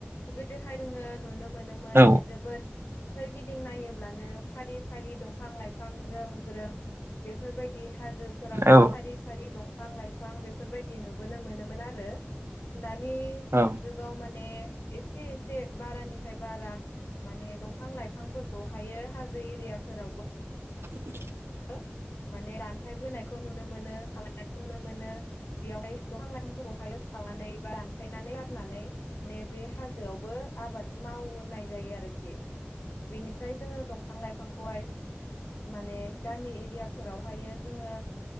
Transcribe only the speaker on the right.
औ
औ
औ
<inaudible>